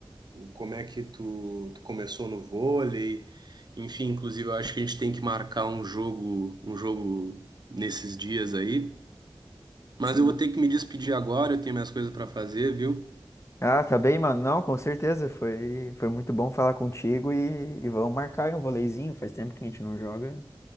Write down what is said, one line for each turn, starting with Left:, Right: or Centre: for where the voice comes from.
Right: como é que tu, tu começou no vôlei. Enfim, inclusive eu acho que a gente tem que marcar um jogo, um jogo nesses dias aí. Mas
Left: Sim.
Right: eu vou ter que me despedir agora, eu tenho minhas coisas para fazer, viu?
Left: Ah, tá bem, mano. Não, com certeza. Foi, foi muito bom falar contigo e, e vamos marcar aí um voleizinho. Faz tempo que a gente não joga.